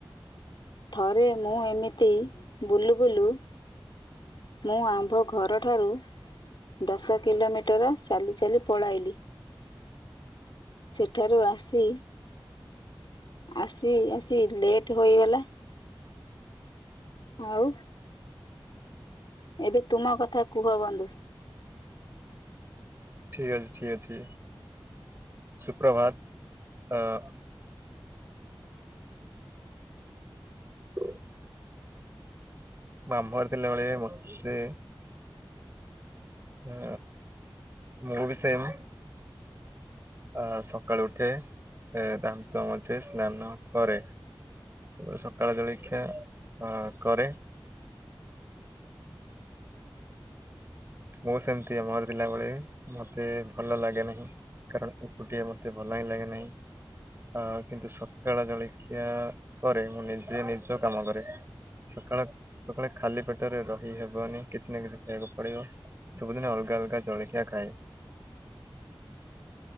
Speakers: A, on the left (about 65°); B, on the right (about 30°).
A: ଥରେ ମୁଁ ଏମିତି ବୁଲୁ ବୁଲୁ ମୁଁ ଆମ୍ଭ ଘର ଠାରୁ ଦଶ କିଲୋମିଟର ଚାଲି ଚାଲି ପଳାଇଲି। ସେଠାରୁ ଆସି ଆସି ଆସି ଲେଟ୍ ହୋଇଗଲା ଆଉ ଏବେ ତୁମ କଥା କୁହ ବନ୍ଧୁ।
B: ଠିକ୍ ଅଛି ଠିକ୍ ଅଛି ସୁପ୍ରଭାତ ଅ ହ ମାମୁଁ ଘରେ ଥିଲାବେଳେ ମୋତେ ଅ ମୁଁ ବି ସେମ୍ ଅ ସକାଳୁ ଉଠେ ଏ ଦାନ୍ତ ମଝେ ସ୍ନାନ କରେ। ଉ ସକାଳ ଜଳେଖିଆ ଅ କରେ। ମୁଁ ସେମତିଆ ମାମୁଁ ଘରେ ଥିଲାବେଳେ ମୋତେ ଭଲ ଲାଗେ ନାହିଁ। କାରଣ ଏକୁଟିଆ ମୋତେ ଭଲ ହିଁ ଲାଗେ ନାହିଁ। ଅ କିନ୍ତୁ ସକାଳ ଜଳେଖିଆ ପରେ ମୁଁ ନିଜେ ନିଜ କାମ କରେ। ସକାଳେ ସକାଳେ ଖାଲି ପେଟରେ ରହି ହେବନି କିଛି ନା କିଛି ଖାଇଆକୁ ପଡିବ। ସବୁଦିନେ ଅଲଗା ଅଲଗା ଜଳେଖିଆ ଖାଏ।